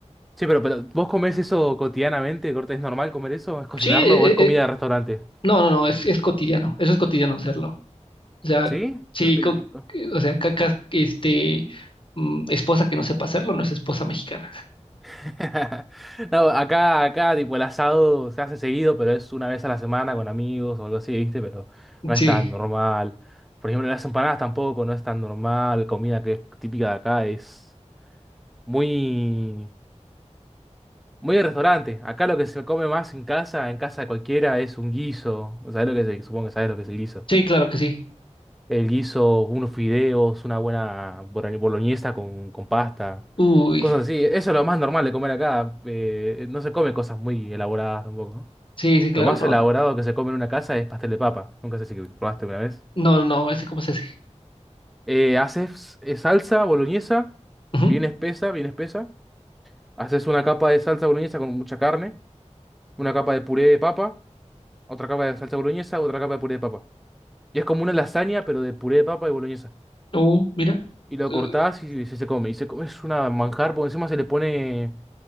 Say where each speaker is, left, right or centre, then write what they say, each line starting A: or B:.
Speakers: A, in the centre; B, on the left (about 45°).
A: Sí, pero, pero ¿vos comés eso cotidianamente? Corte, ¿Es normal comer eso? ¿Es cocinarlo
B: Sí, eh,
A: o es
B: eh,
A: comida
B: eh,
A: de restaurante?
B: no, no, no, es, es cotidiano. Eso es cotidiano hacerlo. O sea,
A: ¿Sí?
B: sí,
A: Qué rico.
B: co- o sea, cacas, este, mm, esposa que no sepa hacerlo no es esposa mexicana.
A: <laughs> No, acá, acá, tipo, el asado se hace seguido, pero es una vez a la semana con amigos o algo así, ¿viste? Pero no
B: Sí,
A: es tan normal. Por ejemplo, las empanadas tampoco, no es tan normal. Comida que es típica de acá es muy, muy de restaurante. Acá lo que se come más en casa, en casa de cualquiera, es un guiso. ¿Sabés lo que es el- Supongo que sabes lo que es el guiso.
B: sí, claro que sí.
A: Él hizo unos fideos, una buena bora- boloñesa con, con pasta,
B: Uy,
A: cosas así. Eso es lo más normal de comer acá. eh, no se come cosas muy elaboradas tampoco, ¿no?
B: sí, sí, claro,
A: Lo más
B: no,
A: elaborado que se come en una casa es pastel de papa. Nunca sé si probaste una vez.
B: no, no, ese cómo se hace.
A: Eh, haces eh, salsa boloñesa,
B: Ujú.
A: bien espesa, bien espesa. Haces una capa de salsa boloñesa con mucha carne, una capa de puré de papa, otra capa de salsa boloñesa, otra capa de puré de papa. Y es como una lasaña, pero de puré de papa y boloñesa.
B: Uh, mira.
A: Y lo
B: Uh,
A: cortás y se, se come. Y se come, es una manjar, porque encima se le pone